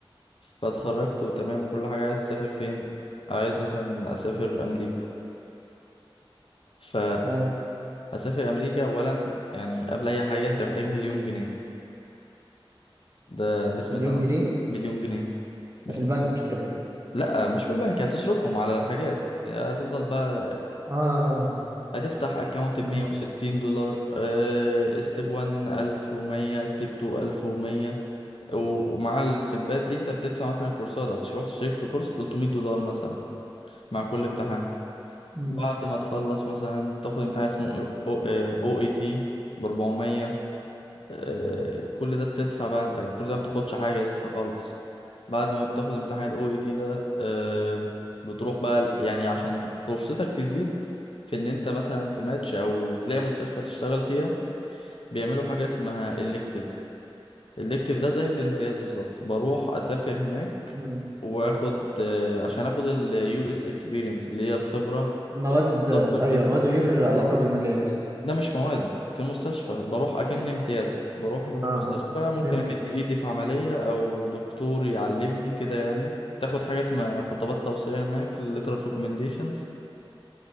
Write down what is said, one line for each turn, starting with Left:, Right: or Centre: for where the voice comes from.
Left: فاتخرجت وتمام وكل حاجة عايز اسافر فين عايز مثلا اسافر امريكا ف
Right: تمام
Left: اسافر امريكا اولا يعني قبل اي حاجه انت محتاج مليون جنيه ده بسم
Right: مليون
Left: الله الرحمن
Right: جنيه
Left: مليون جنيه بسم
Right: ده في البنك
Left: الله
Right: كده
Left: لا مش في البنك هتصرفهم على الحاجات هتفضل بقى
Right: اه
Left: هتفتح اكونت ب
Right: فهمتك
Left: 160 دولار آه، ستيب 1 1100 ستيب 2 1100 و- ومع الستبات دي انت بتدفع مثلا كورسات هتروح تشترك في كورس ب 300 دولار مثلا مع كل امتحان
Right: مم.
Left: بعد ما تخلص مثلا تاخد امتحان اسمه او اي تي ب 400 آه، كل ده بتدفع بقى انت كل ده ما بتاخدش حاجة لسه خالص بعد ما بتاخد امتحان ال OET ده آه، بتروح بقى ال- يعني عشان فرصتك تزيد في ان انت مثلا تماتش او تلاقي مستشفى تشتغل فيها بيعملوا حاجة اسمها elective elective ده زي الامتياز بالظبط بروح اسافر هناك
Right: مم.
Left: واخد آه، عشان اخد ال US experience اللي هي الخبرة في-
Right: مواد
Left: خبرة الطب
Right: ايوه
Left: في هناك
Right: مواد غير علاقة بالمجال
Left: ده مش مواد في المستشفى بروح اكن امتياز بروح في المستشفى
Right: اه
Left: ممكن
Right: فهمتك
Left: امد ايدي في عملية او دكتور يعلمني كده يعني تاخد حاجة اسمها خطابات توصية هناك letter of recommendations